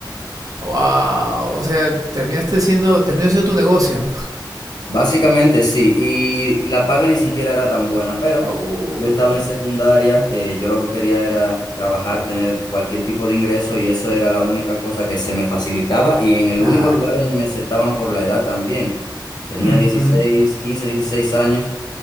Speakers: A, on the right (about 45°); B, on the left (about 60°).
A: Wow, o sea, terminaste siendo, terminó siendo tu negocio.
B: Básicamente sí, y, la paga ni siquiera era tan buena, pero
A: Uy,
B: yo estaba en secundaria, eh, yo lo que quería era trabajar, tener cualquier tipo de ingreso y eso era la única cosa que se me facilitaba y en el
A: claro.
B: único lugar donde me aceptaban por la edad también. Tenía
A: Ujú.
B: 16 15 16 años.